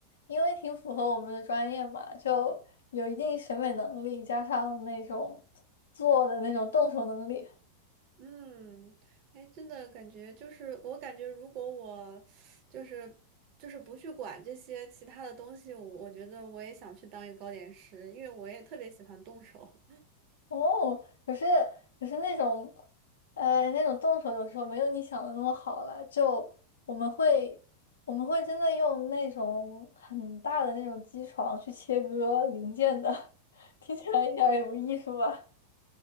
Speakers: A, on the left (about 65°); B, on the right (about 40°).
A: 因为挺符合我们的专业嘛，就有一定审美能力，加上那种做的那种动手能力。
B: 嗯，哎，真的感觉就是，我感觉如果我就是就是不去管这些其他的东西，我我觉得我也想去当一个糕点师，因为我也特别喜欢动手。
A: 哦，可是可是那种，呃，那种动手有时候没有你想的那么好了。就我们会我们会真的用那种很大的那种机床去切割零件的，<laughs> 听起来一点儿也不艺术吧？